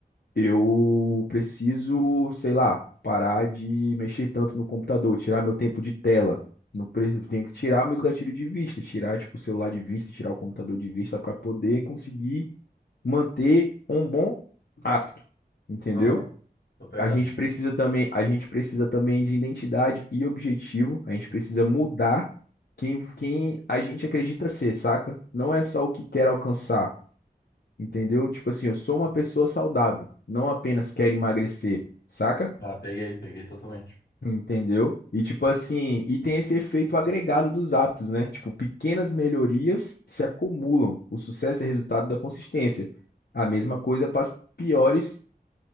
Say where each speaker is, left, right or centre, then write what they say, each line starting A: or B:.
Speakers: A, on the left; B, on the left.
A: eu preciso, sei lá, parar de mexer tanto no computador, tirar meu tempo de tela. Não preciso, tenho que tirar meus gatilhos de vista, tirar tipo o celular de vista, tirar o computador de vista para poder conseguir manter um bom hábito, entendeu?
B: Aham, Tô pegando.
A: A gente precisa também, a gente precisa também de identidade e objetivo. A gente precisa mudar quem, quem a gente acredita ser, saca? Não é só o que quer alcançar, entendeu? Tipo assim, eu sou uma pessoa saudável, não apenas quero emagrecer, saca?
B: Ah, peguei, peguei totalmente.
A: Entendeu? E tipo assim, e tem esse efeito agregado dos hábitos, né? Tipo, pequenas melhorias se acumulam. O sucesso é resultado da consistência. A mesma coisa para as piores